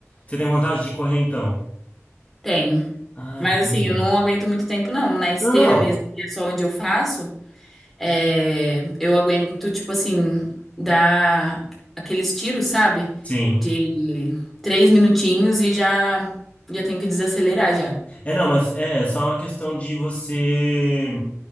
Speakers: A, on the left (about 30°); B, in the centre.
A: Você tem vontade de correr, então?
B: Tenho.
A: Ai,
B: Mas
A: coisa
B: assim,
A: boa.
B: eu não aguento muito tempo, não. Na esteira
A: Não, não.
B: mesmo, que é só onde eu faço, é, eu aguento, tipo assim, dar aqueles tiros, sabe?
A: Sim.
B: De três minutinhos e já, já tenho que desacelerar já.
A: É, não, mas é só uma questão de você.